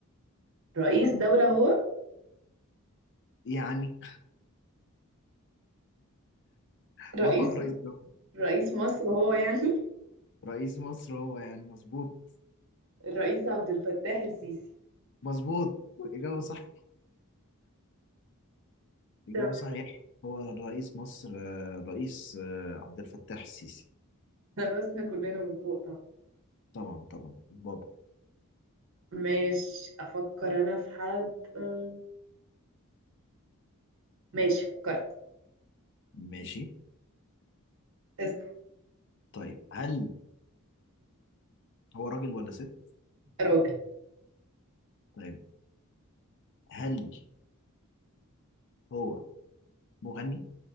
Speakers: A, on the right; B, on the left.
A: رئيس دولة هو
B: يعني <laughs>
A: رئيس
B: اه رئيس دولة.
A: رئيس مصر هو يعني
B: رئيس مصر هو يعني مظبوط
A: الرئيس عبد الفتاح السيسي
B: مظبوط إجابة صح الإجابة
A: تمام
B: صحيحة هو الرئيس مصر آه، الرئيس آه، عبد الفتاح السيسي
A: احنا راسنا كلنا من فوق طبعا
B: طبعا طبعا بابا
A: ماشي افكر انا في حد أم، ماشي فكرت
B: ماشي
A: اسم
B: طيب هل هو راجل ولا ست؟
A: راجل
B: طيب هل هو مغني؟